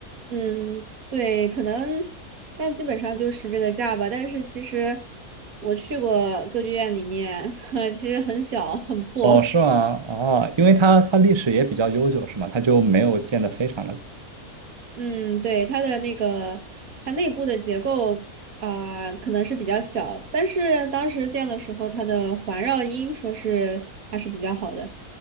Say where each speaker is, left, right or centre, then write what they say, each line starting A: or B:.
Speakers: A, on the right; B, on the right.
A: 嗯，对，可能，但基本上就是这个价吧。但是其实我去过歌剧院里面，<laughs> 其实很小很破。
B: 哦，是吗？哦，因为它它历史也比较悠久，是吗？它就没有建的非常的
A: 嗯，对，它的那个，它内部的结构啊、可能是比较小，但是当时建的时候，它的环绕音说是还是比较好的。